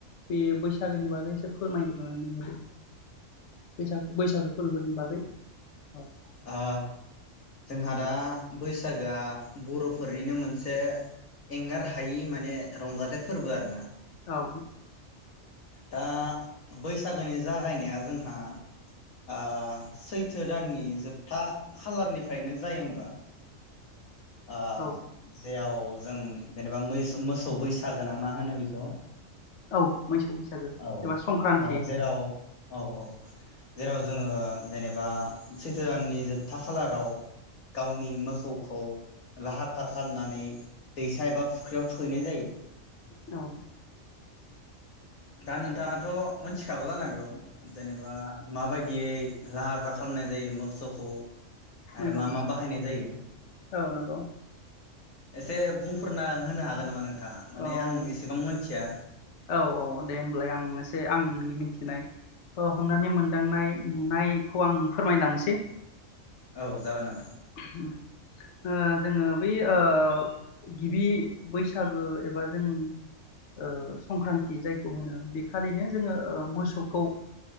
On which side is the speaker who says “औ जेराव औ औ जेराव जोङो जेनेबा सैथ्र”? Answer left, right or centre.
Left